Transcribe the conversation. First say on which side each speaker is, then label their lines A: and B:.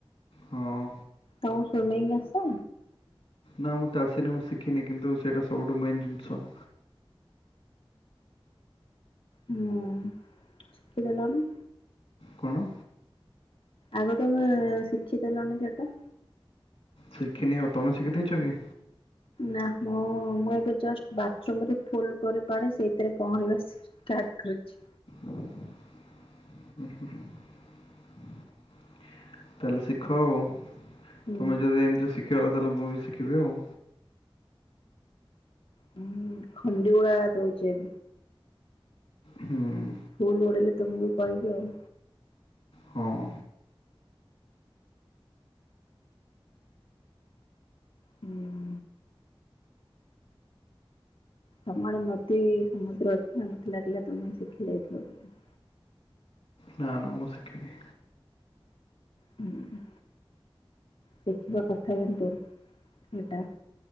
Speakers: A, on the left; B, on the left.
A: ହଁ
B: ତମୁକୁ ସ୍ଵିମିଙ୍ଗ୍ ଆସେ?
A: ନା ମୋତେ ଆସେନି ମୁଁ ଶିଖିନି କିନ୍ତୁ ସେଇଟା ସବୁଠୁ ମେନ୍ ଜିନିଷ।
B: ଉଁ ଅଁ ଶିଖି ଦେଲନି।
A: କଣ?
B: ଆଗ ତମେ ଶିଖି ଦେଲନି ସେଟା।
A: ଶିଖିନି ଆଉ ତମେ ଶିଖି ଦେଇଚ କି?
B: ନା ମୁଁ ମୁଁ ଏବେ ଜଷ୍ଟ ବାଥରୁମରେ ଫୁଲ କରି ପାଣି ସେଇତେରେ ପହଁରିବା ଷ୍ଟାଟ୍ କରୁଚି।
A: <inaudible> ତାହେଲେ ଶିଖ ଆଉ,
B: ହୁଁ
A: ତମେ ଯଦି ଏମିତି ଶିଖିଗଲ ତାହେଲେ ମୁଁ ବି ଶିଖିବି ଆଉ।
B: ହଁ ଖଣ୍ଡିଗୁଡା ଦଉଛେ ଏ।
A: ହୁଁ ଉଁ।
B: ଫୁଲ ଓଡ଼େଇଲେ ତମକୁ କହିବି ଆଉ।
A: ହଁ
B: ହୁଁ ତମ ଆଡ଼େ ନଦୀ ସମୁଦ୍ର ଅଛି ନା ମତେ ଲାଗିଲା ତମେ ଶିଖି ଯାଇଥିବ ବଧେ?
A: ନା ନା ମୁଁ ଶିଖିନି।
B: ହଁ ଶିଖିବା କଥା କିନ୍ତୁ ଏଇଟା।